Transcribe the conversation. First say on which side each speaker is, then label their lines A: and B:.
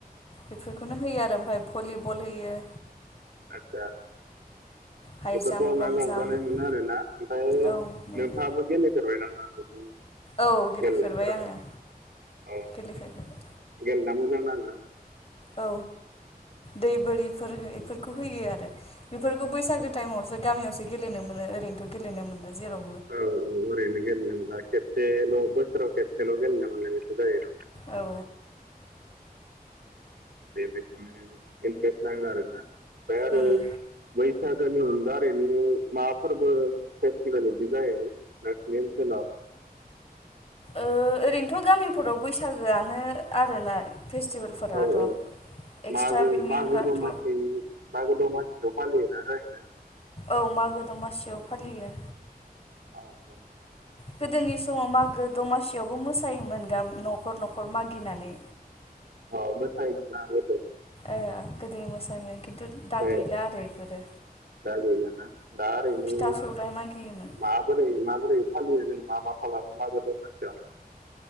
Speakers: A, on the left; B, on the right.
A: बेफोरखौनो होयो आरो ओमफाय भलिबल होयो।
B: आतसा।
A: हाइ
B: बेफोरखौ
A: जाम्प
B: <unintelligible>
A: लं
B: रंजानाय
A: जाम्प
B: मोनो आरोना ओमफाय
A: औ मोनो
B: नोंथाङाबो गेलेफेरबाय नामा बिदि
A: औ गेलेफेरबाय
B: गेलेनायफोराव
A: आङो
B: अ
A: गेलेफेरबाय
B: गेले मोजां नांङोना?
A: औ दै बोरिफोर इफोरखौ होयो आरो बेफोरखौ बैसागो टाइमावसो गामियावसो गेलेनो मोनो ओरैनोथ' गेलेनो मोना जेराव
B: औ औ ओरैनो गेलेनो मोनला खेबसेल' बोसोराव खेबसेल' गेलेनो मोननाय बिदिल' जायो।
A: औ।
B: बेबादिनो इन्टारेस्ट नाङो आरो ना। ओमफाय आरो
A: उम
B: बै। <unintelligible> अनगा ओरैनो माबा फोरबो फेस्टिभेल बिदि जायो नोंसिनि ओनसोलाव?
A: ओ ओरैनोथ' गामिफोराव बैसागोआनो आरोना। फेस्टिभेलफोराथ'
B: औ औ
A: एक्सट्रा
B: मागो
A: बिनि
B: मागो
A: अनगाथ'
B: दमासिनि मागो दमासिथ' फालियोना जायोना।
A: औ मागो दमासियाव फालियो।
B: <unintelligible>
A: गोदोनि समाव मागो दमासि। बेयावबो मोसायोमोन गामि न'खर न'खर मागिनानै।
B: <unintelligible>
A: ओ गोदो मोसायोमोन। खिन्थु दा
B: ए
A: गैला आरो बेफोरो
B: दा गैलाना? दा ओरैनो
A: फिथा सौराइ मागियोमोन
B: माबोरै माबोरै फालियो जों मा मा खालामो मागो दमासियाव?